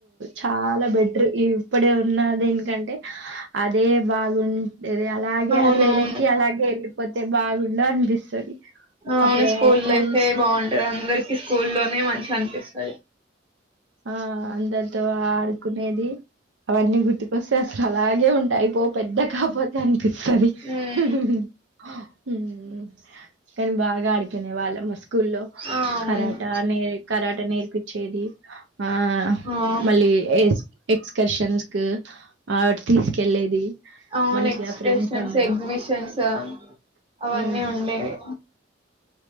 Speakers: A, on the right (about 65°); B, on the right (about 30°).
A: చాలా బెటర్ ఇప్పుడే ఉన్నది ఏనికంటే అదే బాగుంటే అలాగే
B: అవును
A: అది లేలక్కి
B: అవును
A: అలాగే వెళ్ళిపోతే బాగుండ అనిపిస్తుంది.
B: అవును
A: అప్పుడు
B: స్కూల్
A: ఫ్రెండ్స్
B: లైఫే బాగుంటది అందరికి స్కూల్లోనే మంచిగా అనిపిస్తుంది.
A: ఆ అందరి తో ఆడుకునేది అవన్నీ గుర్తుకు వస్తే అసలు అలాగే ఉంటాయి. పో పెద్ద కాకపోతే అని సరి
B: ఉమ్,
A: హుహుహు <unintelligible> కానీ బాగాడికినే వాళ్ళ మస్ స్కూల్లో
B: ఆ అవును
A: కరాట నే కరాట నేర్పిచ్చేది. ఆ
B: ఆ
A: మల్లేష్ ఎక్స్కర్షన్స్ కి ఆ తీసుకెళ్ళేది.
B: అవును
A: మంచిగా
B: ఎక్స్ప్రెషన్స్,
A: ఫ్రెండ్స్ అందరం
B: ఎగ్జిబిషన్స్ ఆ అవన్నీ
A: ఉమ్
B: ఉండేవి.